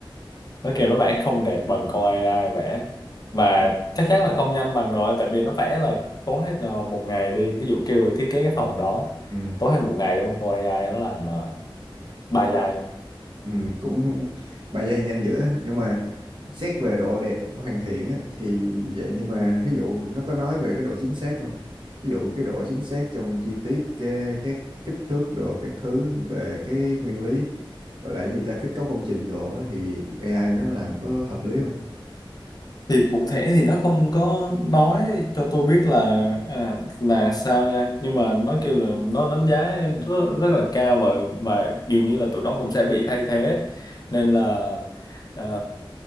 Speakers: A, on the left; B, on the right.
A: nó kêu nó vẽ không đẹp bằng con AI vẽ và
B: ba-
A: chắc chắn là không nhanh bằng rồi tại vì nó vẽ là tốn hết ờ, một ngày đi ví dụ kêu thiết kế cái phòng đó
B: ừ,
A: tốn hết một ngày đâu con AI nó làm uh, ba giây
B: ừ, cũng ba giây nhanh dữ á. nhưng mà xét về độ đẹp của hoàn thiện á, thì vậy nhưng mà ví dụ nó có nói về cái độ chính xác không? Ví dụ cái độ chính xác trong chi tiết cái, các kích thước đồ các thứ về cái nguyên lý gọi là cái gì ta kết cấu công trình đồ á, thì AI nó làm có hợp lý không
A: thì cụ thể thì nó không có nói cho tôi biết là à, là sao nha nhưng mà nó kêu là nó đánh giá rất, rất là cao và và dường như là tụi nó cũng sẽ bị thay thế nên là à,